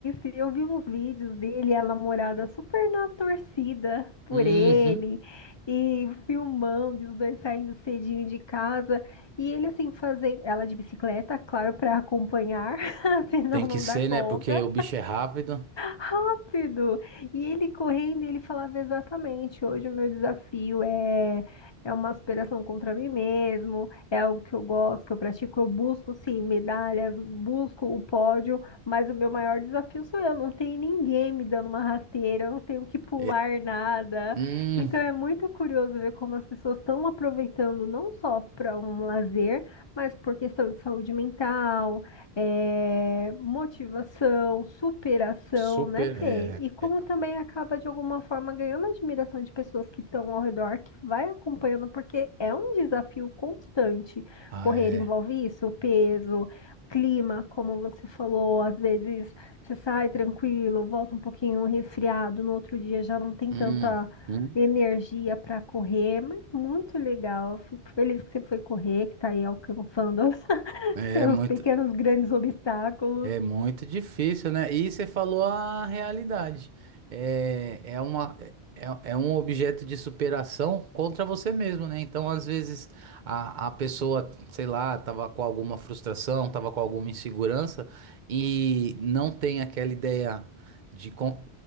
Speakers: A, on the left (about 35°); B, on the right (about 55°).
A: E isso, eu vi uns vídeos dele, e a namorada super na torcida por
B: Uhum.
A: ele, e filmando, e os dois saindo cedinho de casa, e ele assim fazendo, ela de bicicleta, claro, para acompanhar. <laughs> senão
B: Tem que
A: não
B: ser,
A: dá conta.
B: né? Porque o bicho é rápido.
A: Rápido! E ele correndo, ele falava exatamente: hoje o meu desafio é é uma aspiração contra mim mesmo, é algo que eu gosto, que eu pratico, eu busco sim medalhas, busco o pódio, mas o meu maior desafio sou eu, não tem ninguém me dando uma rasteira, eu não tenho que pular
B: É,
A: nada.
B: hum,
A: Então é muito curioso ver como as pessoas estão aproveitando não só para um lazer, mas por questão de saúde mental, é, motivação, superação,
B: super.
A: né, Fê?
B: É,
A: E como
B: é,
A: também acaba de alguma forma ganhando a admiração de pessoas que estão ao redor, que vai acompanhando, porque é um desafio constante.
B: ah,
A: Correr
B: é.
A: envolve isso, peso, clima, como você falou, às vezes você sai tranquilo, volta um pouquinho resfriado, no outro dia já não tem
B: Hum,
A: tanta
B: hum.
A: energia para correr, mas muito legal. Fico feliz que você foi correr, que está aí alcançando. <laughs>
B: É
A: Seus
B: muito.
A: pequenos grandes obstáculos.
B: É muito difícil, né? E você falou a realidade. É, é uma, é, é um objeto de superação contra você mesmo, né? Então, às vezes, a, a pessoa, sei lá, tava com alguma frustração, tava com alguma insegurança e não tem aquela ideia de. com-